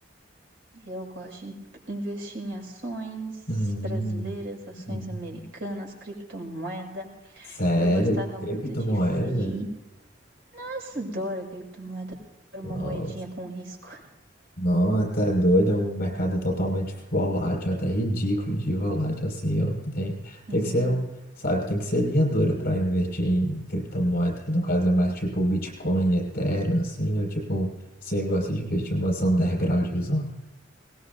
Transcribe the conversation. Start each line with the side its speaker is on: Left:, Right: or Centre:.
Right: Eu gosto de investir em ações
Left: Hum,
Right: brasileiras, ações
Left: hum.
Right: americanas, criptomoeda.
Left: Sério?
Right: Eu gostava
Left: Criptomoeda?
Right: muito de FI. Nossa, adoro criptomoeda. Adoro
Left: Nossa.
Right: uma moedinha com risco.
Left: Não, tá doido, é um mercado totalmente volátil, até ridículo de volátil, assim, eu tenho,
Right: Sim.
Left: tem que ser, um- sabe, tem que ser linha dura para investir em criptomoeda, e no caso é mais tipo Bitcoin, Ethereum, assim, ou tipo, você gosta de investir em umas underground zona.